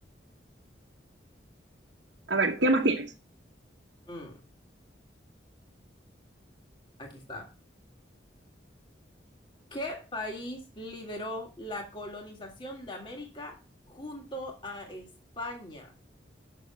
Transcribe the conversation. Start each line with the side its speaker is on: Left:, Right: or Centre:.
Right: A ver, ¿qué más tienes?
Left: Mm, aquí está. ¿Qué país lideró la colonización de América junto a España?